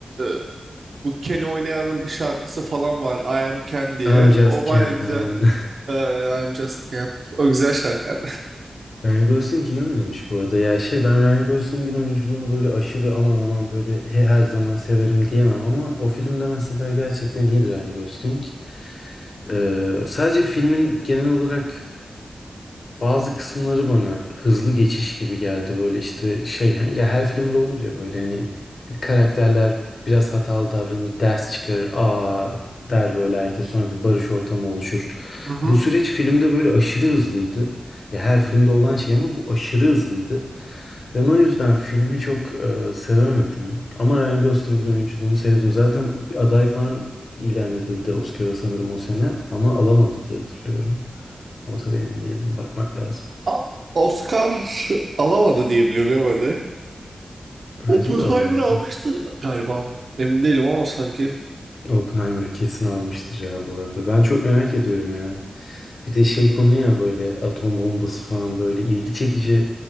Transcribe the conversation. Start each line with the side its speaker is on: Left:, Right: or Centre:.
Right: e, bu Keni oynayanın bir şarkısı falan var. I Am Ken
Left: <laughs>
Right: diye.
Left: I'm Just
Right: O baya
Left: Ken
Right: güzel.
Left: aynen.
Right: Ee, I Am Just Ken. O güzel şarkı.
Left: <laughs> Ryan Gosling iyi oynamış bu arada. Ya şey ben Ryan Gosling'in oyunculuğunu böyle aşırı aman aman böyle he, her zaman severim diyemem ama o filmde mesela gerçekten iyidir Ryan Gosling. E, sadece filmin genel olarak Bazı kısımları bana hızlı geçiş gibi geldi. Böyle işte şey hani ya her filmde olur ya böyle hani bir karakterler biraz hatalı davranır, ders çıkarır, aa der böyle herkes sonra bir barış ortamı oluşur.
Right: Mhm.
Left: Bu süreç filmde böyle aşırı hızlıydı. Ya her filmde olan şey ama bu aşırı hızlıydı. Ben o yüzden filmi çok e, sevemedim. Ama Ryan Gosling'in oyunculuğunu sevdim. Zaten aday falan ilan edildi Oscar'a sanırım o sene ama alamadı diye hatırlıyorum. Ama tabii emin değilim. Bakmak lazım.
Right: <laughs> A- Oscar alamadı diye biliyorum ya ben de.
Left: Bence
Right: Oppenheimer
Left: de alamadı.
Right: almıştı galiba. Emin değilim ama sanki.
Left: Oppenheimer kesin almıştır ya bu arada. Ben çok merak ediyorum ya. Bir de şey konu ya böyle atom bombası falan böyle ilgi çekici